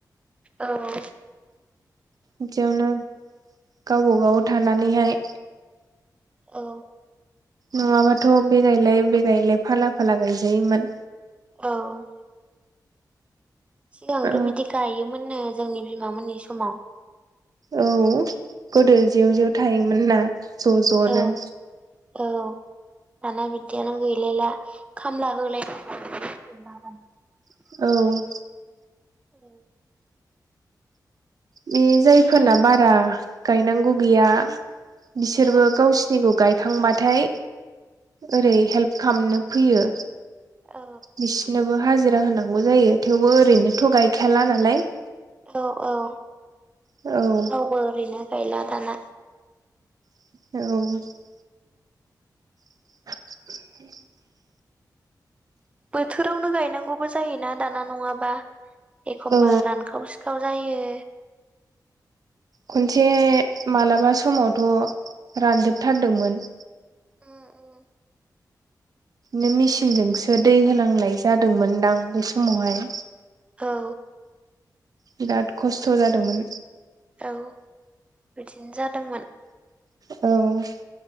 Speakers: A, on the right; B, on the right.
A: औ-औ
B: बिदियावनो गावबागाव थानानैहाय
A: औ
B: नङाबाथ' बेगायलाय बेगायलाय फाला फाला गायजायोमोन।
A: औ सिगांथ'
B: औ
A: बिदि गायोमोननो जोंनि बिमामोननि समाव
B: औ-औ गोदो जेव
A: दिनै
B: जेव थायोमोन ना ज' ज'नो
A: औ औ दाना बिदियानो गैलायला खामला होलाय <unintelligible>
B: औ
A: औ
B: बि जायफोरना
A: दे
B: बारा गायनांगौ गैया बिसोरबो
A: औ
B: गावसोरनिखौ गायखांबाथाय ओरै हेल्प खालामनो फैयो।
A: औ
B: बिसिनोबो हाजिरा होनांगौ जायो थेवबो ओरैनोथ' गायखायाला नालाय
A: औ औ
B: औ
A: रावबो ओरैनो गैला दाना
B: औ <inaudible>
A: बोथोरावनो गायनांगौबो जायोना दाना नङाबा एखमबा
B: औ
A: रानखाव सिखाव सिखाव जायो।
B: खनसे मालाबा समावथ' रानजोबथारदोंमोन।
A: उम उम
B: नो मेसिनजोंसो दै होनांनाय जादोंमोन दां बे समावहाय
A: औ
B: बिराद खस्थ'
A: बिदिनो
B: जादोंमोन
A: औ बिदिनो जादोंमोन
B: औ